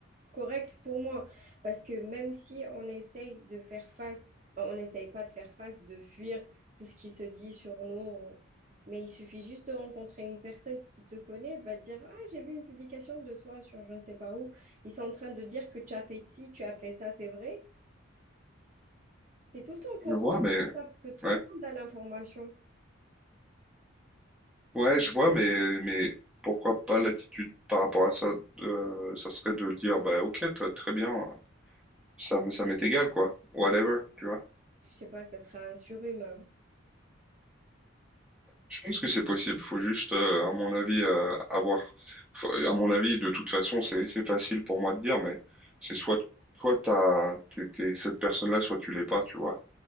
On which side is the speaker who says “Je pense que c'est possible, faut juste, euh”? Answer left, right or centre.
Centre